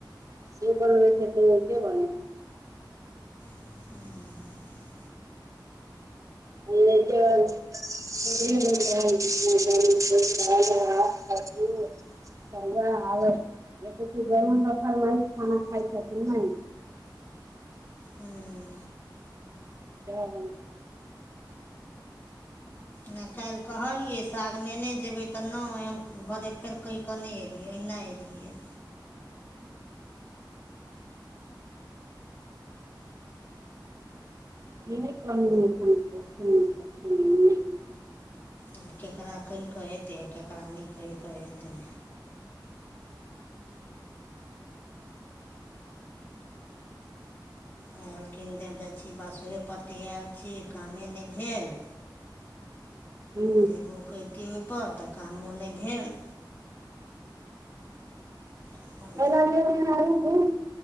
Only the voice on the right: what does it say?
से बनबैत के बनै
<unintelligible> <unintelligible> सग आबै ली दरन दफान महित खाना खाय छै कि नहि
ओ ह <inaudible>
ई क <inaudible>
हुँ
<unintelligible>